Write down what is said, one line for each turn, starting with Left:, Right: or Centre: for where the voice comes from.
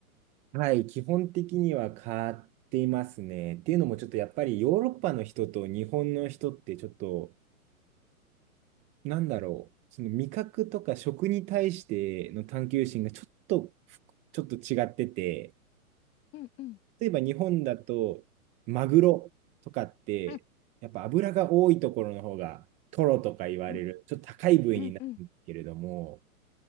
Right: はい、基本的には買っていますね。っていうのも、ちょっとやっぱりヨーロッパの人と日本の人って、ちょっと、なんだろう、その味覚とか食に対しての探求心がちょっと、ちょっと違ってて、
Left: うんうん。
Right: 例えば日本だと、マグロとかって、
Left: うん
Right: やっぱ脂が多いところの方が、トロとか言われる、
Left: うん
Right: ちょっと高い部位になるんですけれども、
Left: うんうん